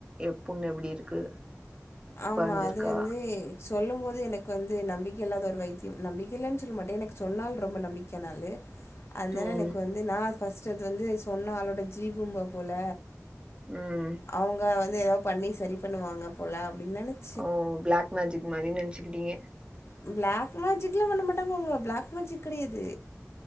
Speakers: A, on the right; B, on the left.
A: ஏ புண்ணு எப்டி இருக்கு
B: ஆமா
A: கொறஞ்சிருக்கா?
B: அது வந்து சொல்லும்போது எனக்கு வந்து நம்பிக்கை இல்லாத ஒரு வைத்தியம் நம்பிக்க இல்லேன்னு சொல்ல மாட்டே எனக்கு சொன்னாலு ரொம்ப நம்பிக்க நாலு அதுனால
A: ம்.
B: எனக்கு வந்து நா ஃபர்ஸ்ட்டு அது வந்து சொன்ன ஆளோட ஜீபூம்பா போல
A: ம்.
B: அவுங்க வந்து எதாவது பண்ணி சரி பண்ணுவாங்க போல அப்டி நெனச்
A: ஓ ஃப்ளாக் மேஜிக் மாரினு நெனச்சுக்கிட்டீங்க
B: ஃப்ளாக் மேஜிக்லா பண்ண மாட்டாங்க அவுங்க ப்ளாக் மேஜிக் கெடையாது